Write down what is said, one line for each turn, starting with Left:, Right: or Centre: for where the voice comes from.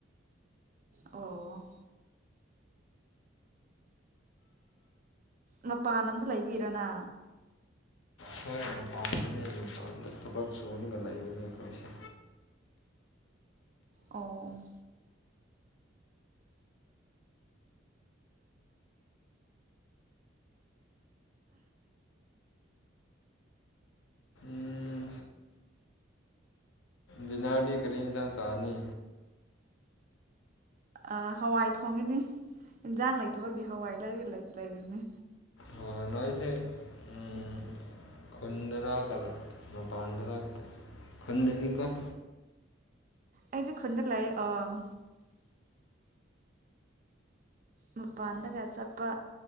Right: ꯑꯣ ꯃꯄꯥꯟ ꯂꯝꯗ ꯂꯩꯕꯒꯤꯔꯅ
Left: ꯍꯣꯏ ꯃꯄꯥꯟꯗꯅꯦ ꯊꯕꯛ ꯊꯕꯛ ꯁꯨꯨꯔꯒ ꯂꯩꯕꯅꯦ ꯑꯩꯈꯣꯏꯁꯦ
Right: ꯑꯣ
Left: ꯎꯝ ꯗꯤꯅꯔꯗꯤ ꯀꯔꯤ ꯏꯟꯖꯥꯡ ꯆꯥꯅꯤ
Right: ꯑ ꯍꯋꯥꯏ ꯊꯣꯡꯉꯅꯤ ꯏꯟꯖꯥꯡ ꯂꯩꯇꯕꯒꯤ ꯍꯋꯥꯏ ꯂꯩꯔꯂꯩ ꯂꯩꯔꯤꯅꯤ
Left: ꯑꯣ ꯅꯣꯏꯁꯦ ꯎꯝ ꯈꯨꯟꯗꯔ ꯀꯂꯞ ꯃꯄꯥꯟꯗ꯭ꯔꯥ ꯈꯨꯨꯟꯗꯅꯤꯀꫭ
Right: ꯑꯩꯗꯤ ꯈꯨꯟꯗ ꯂꯩꯌꯦ ꯑꫭ ꯃꯄꯥꯟꯗꯒ ꯆꯠꯄ